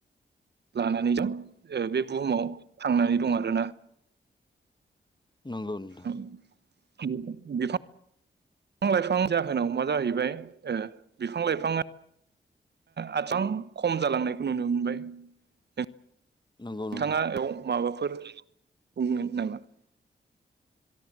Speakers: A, on the right; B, on the left.
A: लानानै जों बे बुहुमाव थांनानै दं आरोना
B: नंगौ नोंथां
A: औ बेखौ बिफां बिफां लाइफां जाहोनाव मा जाहैबाय बिफां लाइफाङा आ खम जालांनायखौ नुनो मोनबाय
B: नंगौ नोंथां
A: नोंथाङा बेयाव माबा फोर बुंगोन नामा